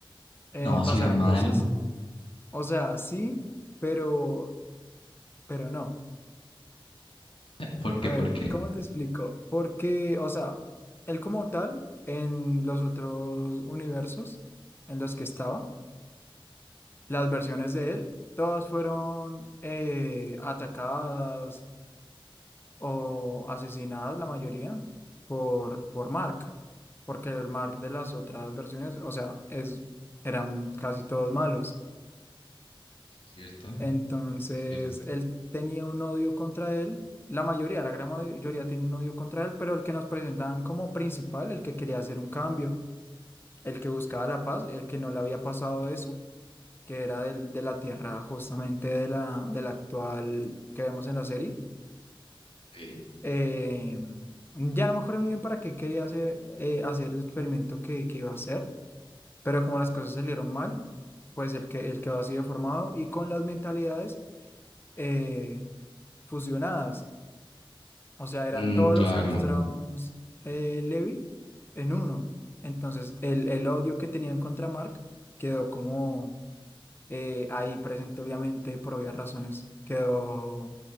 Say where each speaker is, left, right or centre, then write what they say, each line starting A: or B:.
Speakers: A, on the left; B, on the left.
A: eh,
B: No,
A: pasaron
B: si era malo.
A: cosas. O sea, sí, pero, pero no.
B: <laughs> ¿Por qué?
A: A ver,
B: ¿Por qué?
A: ¿cómo te explico? Porque, o sea, él como tal, en los otros universos en los que estaba, las versiones de él, todas fueron eh, atacadas o asesinadas la mayoría por, por Mark, porque el Mark de las otras versiones, o sea, es, eran casi todos malos.
B: Sí, es cierto.
A: Entonces,
B: Sí, es cierto.
A: él tenía un odio contra él, la mayoría, la gran mayoría tiene un odio contra él, pero el que nos presentaban como principal, el que quería hacer un cambio, el que buscaba la paz, el que no le había pasado eso, que era del- de la tierra justamente de la, de la actual que vemos en la serie
B: Ok.
A: Eh, ya no me acuerdo muy bien para qué quería hacer, eh, hacer el experimento que, que iba a hacer, pero como las cosas salieron mal, pues el que, el quedó así deformado y con las mentalidades eh, fusionadas. O sea, eran
B: Mm,
A: todos
B: claro.
A: los Armstrongs eh, Levy en uno. Entonces, el, el odio que tenían contra Mark quedó como eh, ahí presente, obviamente, por obvias razones, quedó